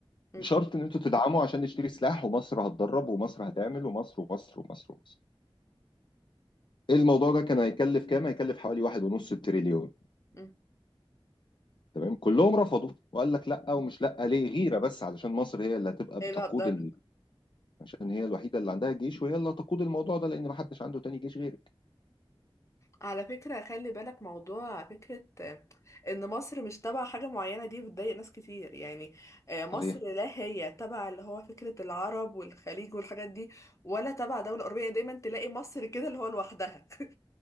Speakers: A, on the left (about 30°); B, on the left (about 55°).
A: م-
B: بشرط ان انتوا تدعموا عشان نشتري سلاح ومصر هتدرب ومصر هتعمل ومصر ومصر ومصر ومصر إيه الموضوع ده كان هيكلف كام هيكلف حوالي واحد ونص تريليون
A: م.
B: تمام كلهم رفضوا وقال لك لا ومش لا ليه غيرة بس علشان مصر هي اللي هتبقى
A: ايه
B: بتقود
A: اللي هتضر
B: ال... عشان هي الوحيدة اللي عندها جيش وهي اللي هتقود الموضوع ده لان ما حدش عنده تاني جيش غيرك
A: على فكرة خلي بالك موضوع فكرة آه، ان مصر مش تبع حاجة معينة دي بتضايق ناس كتير يعني آه، مصر
B: صحيح
A: لا هي تبع اللي هو فكرة العرب والخليج والحاجات دي ولا تبع دولة أوروبية يعني دايما تلاقي مصر كده اللي هو لوحدها <laughs>